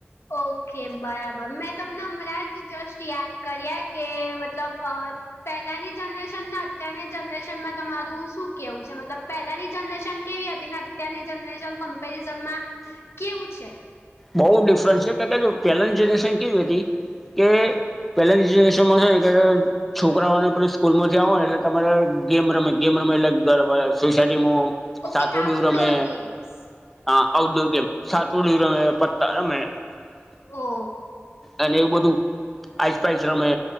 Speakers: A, on the left; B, in the centre.
A: ઓકે બરાબર મેં તમને હમરા જ દ્રષ યાદ કર્યા કે મતલબ. અ પહેલાની જનરેશન ને અત્યારની જનરેશન માં. તમારું શું કેવું છે મતલબ પહેલાની જનરેશન કેવી હતી ને અત્યારની જનરેશન કમ્પેરિઝન માં. કેવું છે.
B: બહુ ડિફરન્સ છે કારણ કે પહેલાની જનરેશન કેવી હતી કે. પેલા બીજ દેશોમાં છે ને. છોકરાઓને પે સ્કૂલ માંથી આવો ને એટલે તમારે ગેમ રમે ગેમ રમે એટલે સોસાયટીમાં.
A: ઓકે
B: સાચોડું
A: આઉટડોર
B: રમે.
A: ગેમ્સ
B: હા આઉટડોર ગેમ સાતવડું રમે પત્તા રમે.
A: ઓ
B: અને એવું બધું આઈસ પાઇસ રમે.